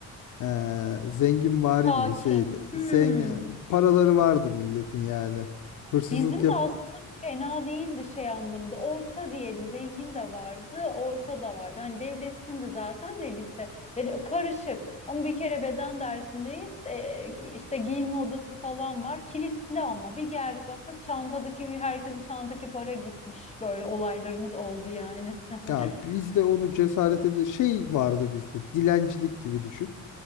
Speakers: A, on the left (about 80°); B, on the left (about 20°).
A: Ee, zenginvari
B: Sakin.
A: bir liseydi.
B: Hmm.
A: Zengin, paraları vardı milletin yani. Hırsızlık
B: Bizim de
A: yap
B: aslında fena değildi şey anlamında. Orta diyelim, zengin de vardı, orta da vardı. Hani devletin de zaten de lise yani karışık. Ama bir kere beden dersindeyiz. Ee, ki- işte giyinme odası falan var. Kilitli ama bir geldik baktık çantadaki bir herkesin çantadaki para gitmiş. Böyle olaylarımız oldu yani. <laughs>
A: ya bizde onu cesaret ede şey vardı bizde. Dilencilik gibi düşün.